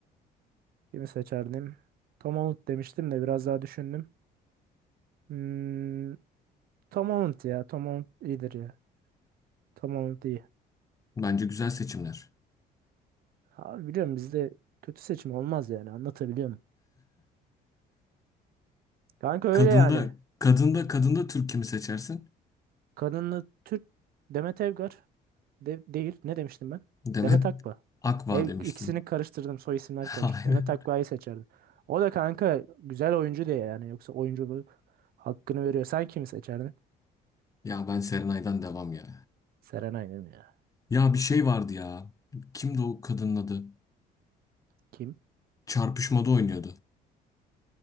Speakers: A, on the right; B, on the left.
A: kimi seçerdim? Tom Holland demiştim de biraz daha düşündüm. Hmm, Tom Holland ya Tom Holland iyidir ya. Tom Holland iyi.
B: Bence güzel seçimler.
A: Abi biliyorum bizde kötü seçim olmaz yani anlatabiliyorum. Kanka öyle
B: Kadında
A: yani.
B: kadında kadında Türk kimi seçersin?
A: Kadınlı Türk Demet Evgar. De- değil. Ne demiştim ben?
B: Demet
A: Demet Akba.
B: Akva
A: E,
B: demiştin.
A: ikisini karıştırdım. Soy isimler
B: <laughs>
A: karıştı.
B: Aynen.
A: Demet Akba'yı seçerdim. O da kanka güzel oyuncu diye yani. Yoksa oyunculuğu hakkını veriyor. Sen kimi seçerdin?
B: Ya ben Serenay'dan devam ya.
A: Serenay'ı değil mi ya?
B: Ya bir şey vardı ya. Kimdi o kadının adı?
A: Kim?
B: Çarpışmada oynuyordu.